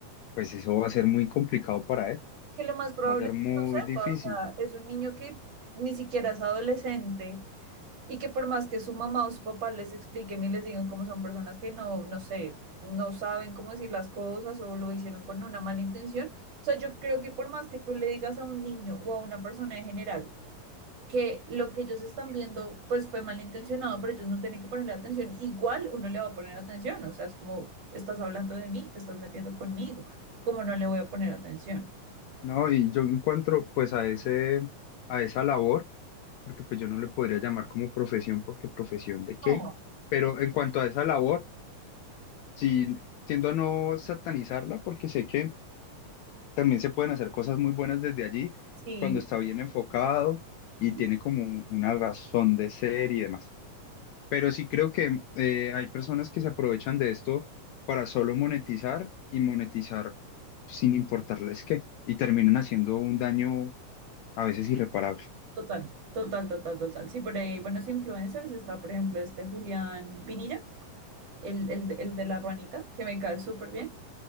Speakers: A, on the left; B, on the right.
A: pues eso va a ser muy complicado para él,
B: Que lo más probable
A: va a ser
B: es
A: muy
B: que no sepa,
A: difícil,
B: o sea, es un niño que ni siquiera es adolescente y que por más que su mamá o su papá les expliquen y les digan cómo son personas que no, no sé, no saben cómo decir las cosas o lo hicieron con una mala intención, o sea, yo creo que por más que tú le digas a un niño o a una persona en general que lo que ellos están viendo pues fue malintencionado, pero ellos no tienen que ponerle atención, igual uno le va a poner atención, o sea, es como estás hablando de mí, te estás metiendo conmigo, cómo no le voy a poner atención.
A: ¿no? Y yo encuentro pues a ese, a esa labor, porque pues yo no le podría llamar como profesión, porque profesión de qué,
B: No,
A: pero en cuanto a esa labor, sí tiendo a no satanizarla, porque sé que también se pueden hacer cosas muy buenas desde allí,
B: sí,
A: cuando está bien enfocado
B: sí.
A: y tiene como una razón de ser y demás. Pero sí creo que eh, hay personas que se aprovechan de esto para solo monetizar y monetizar sin importarles qué, y terminan haciendo un daño a veces irreparable.
B: Total, total, total, total. Sí, por ahí buenos influencers está, por ejemplo, este Julián Pinilla, el, el, el de la ruanita, que me cae súper bien.